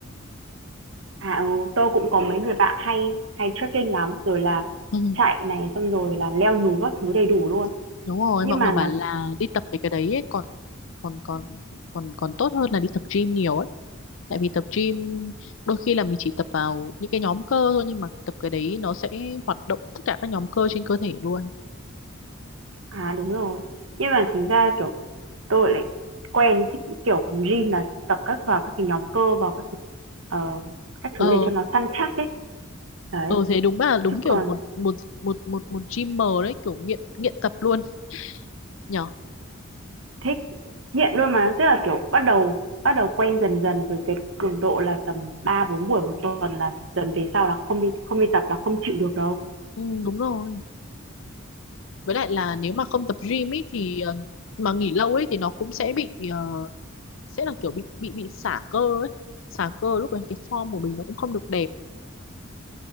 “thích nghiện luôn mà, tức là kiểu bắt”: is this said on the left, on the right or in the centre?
Right